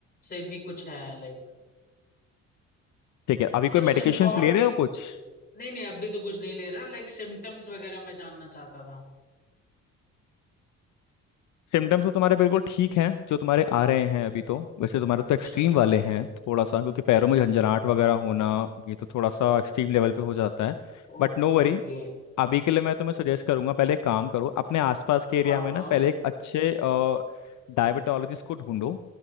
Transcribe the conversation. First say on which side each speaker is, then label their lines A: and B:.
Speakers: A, on the left; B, on the left.
A: से भी कुछ है लाइक
B: ठीक है अभी
A: मतलब
B: कोई मेडिकेशंस
A: सिम और
B: ले रहे
A: भी
B: हो कुछ
A: नहीं नहीं अब भी तो कुछ नहीं ले रहा लाइक सिम्टम्स वगैरह मैं जानना चाहता था
B: सिम्टम्स तो तुम्हारे बिल्कुल ठीक हैं जो तुम्हारे आ रहे हैं अभी तो वैसे तुम्हारे तो
A: अच्छा
B: एक्सट्रीम
A: अच्छा
B: वाले हैं थोड़ा सा क्योंकि पैरों में झंझनाहट वगैरह होना ये तो थोड़ा सा एक्सट्रीम लेवल पे हो जाता है
A: Okay
B: But no worry
A: okay
B: अभी के लिए मैं तुम्हें सजेस्ट करूंगा पहले एक काम करो अपने आसपास के
A: हाँ
B: एरिया में
A: हाँ
B: ना पहले एक अच्छे डायबिटोलॉजिस्ट को ढूंढो